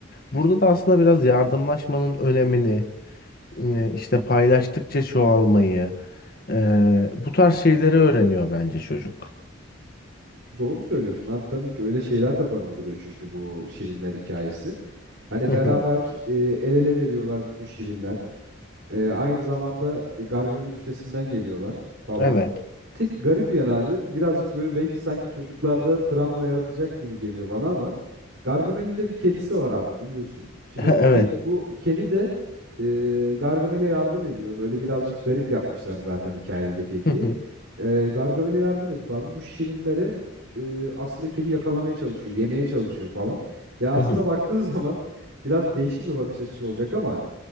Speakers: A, on the left; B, on the right.
A: Burada da aslında biraz yardımlaşmanın önemini, e, işte paylaştıkça çoğalmayı, e, bu tarz şeyleri öğreniyor bence çocuk.
B: Doğru söylüyorsun abi tabii ki öyle şeyler de barındırıyor çünkü bu şirinler hikayesi. Hani
A: Hı
B: beraber
A: hı,
B: e, el ele veriyorlar bütün şirinler. E, aynı zamanda e, Gargamel'in üstesinden geliyorlar falan.
A: Evet.
B: Tek garip yan abi birazcık böyle belki sanki çocuklarda travma yaratacak gibi geliyor bana ama Gargamel'in de bir kedisi var abi biliyorsun. Şimdi
A: <laughs> Evet.
B: bu ki bu kedi de e, Gargamel'e yardım ediyor. Böyle birazcık garip yapmışlar zaten hikayede de kediyi.
A: Hı hı,
B: E, Gargamel'e yardım edip abi bu şirinleri e, aslında kedi yakalamaya çalışıyor, yemeye çalışıyor falan. Ya
A: hı
B: aslında
A: hı.
B: baktığın <laughs> zaman biraz değişik bir bakış açısı olacak ama